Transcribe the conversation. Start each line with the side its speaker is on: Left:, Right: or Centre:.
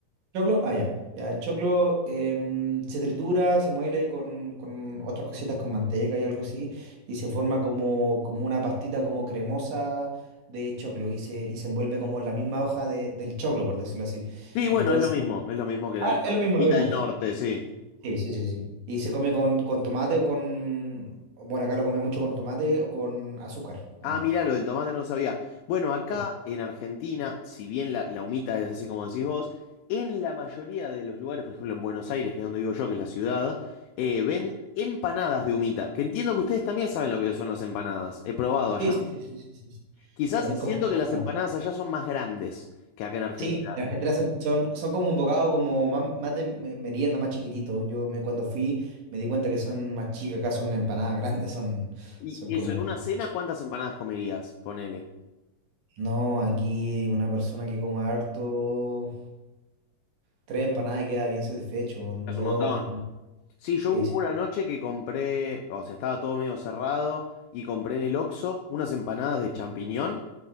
Right: Choclo, ah, ya. Ya, el choclo em, se tritura, se muele con, con otras cositas, con manteca y algo así, y se forma como, como una pastita como cremosa de choclo y se, y se envuelve como en la misma hoja de- del choclo, por decirlo así.
Left: Sí,
Right: Entonces,
Left: bueno, es lo mismo, es lo mismo que
Right: ah,
Left: la, la
Right: es lo mismo,
Left: humita
Right: lo mismo.
Left: del norte, sí.
Right: Sí, sí, sí, sí. Y se come con, con tomate o con, bueno, acá lo comen mucho con tomate o con azúcar también.
Left: Ah, mirá, lo del tomate no lo sabía. Bueno, acá
Right: Sí,
Left: en Argentina, si bien la, la humita es así como decís vos, en la mayoría de los lugares, por ejemplo en Buenos Aires, que es donde vivo yo, que es la ciudad, eh, venden empanadas de humita, que entiendo que ustedes también saben lo que son las empanadas. He probado allá.
Right: sí, sí, sí, sí, sí, sí. sí.
Left: Quizás
Right: También
Left: siento
Right: comemos.
Left: que las empanadas allá son más grandes que acá en Argentina.
Right: Sí, las cajeteras son, son, son como un bocado como más, más de me- merienda, más chiquitito. Yo me, cuando fui me di cuenta que son más chicas, acá son empanadas grandes, son,
Left: Y
Right: son
Left: eso,
Right: como...
Left: en una cena, ¿cuántas empanadas comerías? Ponele.
Right: No, aquí una persona que coma harto, tres empanadas y queda bien satisfecho, dos
Left: Es un montón.
Right: empanadas.
Left: Sí, yo
Right: Sí,
Left: hubo
Right: sí.
Left: una noche que compré, o sea, estaba todo medio cerrado y compré en el Oxxo unas empanadas de champiñón.